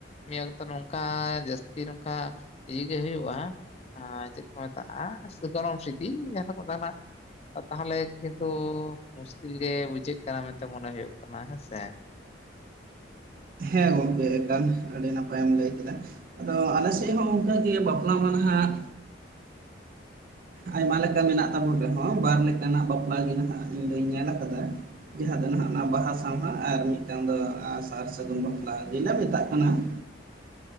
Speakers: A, on the left; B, on the right.
A: ᱢᱤᱫ ᱚᱠᱛᱚ ᱱᱚᱝᱠᱟ ᱡᱟᱹᱥᱛᱤ ᱱᱚᱝᱠᱟ ᱤᱭᱟᱹ ᱜᱮ ᱦᱩᱭᱩᱜᱼᱟ ᱾ ᱦᱟᱸ ᱪᱮᱫ ᱠᱚ ᱢᱮᱛᱟᱜᱼᱟ, ᱥᱮ ᱜᱚᱱᱚᱝ ᱥᱤᱫᱤ ᱡᱟᱦᱟᱸ ᱫᱚᱠᱚ ᱢᱮᱛᱟᱜ ᱠᱟᱱᱟ ᱛᱟᱦᱚᱞᱮ ᱠᱤᱱᱛᱩ ᱢᱩᱥᱠᱤᱞ ᱜᱮ ᱵᱩᱡᱷᱟᱹᱜ ᱠᱟᱱᱟ ᱢᱮᱱᱛᱮ ᱢᱚᱱᱮ ᱦᱩᱭᱩᱜ ᱠᱟᱱᱟ ᱦᱮᱸᱥᱮ,
B: ᱦᱮᱸ ᱜᱚᱝᱠᱮ ᱮᱠᱟᱞ ᱟᱹᱰᱤ ᱱᱟᱯᱟᱭᱮᱢ ᱞᱟᱹᱭ ᱠᱮᱫᱟ ᱾ ᱟᱫᱚ ᱟᱞᱮᱥᱮᱫ ᱦᱚᱸ ᱚᱱᱠᱟᱜᱮ ᱵᱟᱯᱞᱟ ᱢᱟ ᱱᱟᱦᱟᱜ, ᱟᱭᱢᱟ ᱞᱮᱠᱟ ᱢᱮᱱᱟᱜ ᱛᱟᱵᱚᱱ ᱨᱮᱦᱚᱸ ᱵᱟᱨ ᱞᱮᱠᱟᱱᱟᱜ ᱵᱟᱯᱞᱟ ᱜᱮ ᱱᱟᱦᱟᱜ ᱤᱧ ᱫᱩᱧ ᱧᱮᱞ ᱟᱠᱟᱫᱟ ᱾ ᱡᱟᱦᱟᱸ ᱫᱚ ᱱᱟᱦᱟᱜ ᱚᱱᱟ ᱵᱟᱦᱟ ᱥᱟᱶᱦᱟ ᱟᱨ ᱢᱤᱫᱴᱟᱝ ᱫᱚ ᱥᱟᱨ ᱥᱟᱹᱜᱩᱱ ᱵᱟᱯᱞᱟ ᱡᱮ ᱢᱮᱛᱟᱜ ᱠᱟᱱᱟ ᱾
A: <inaudible>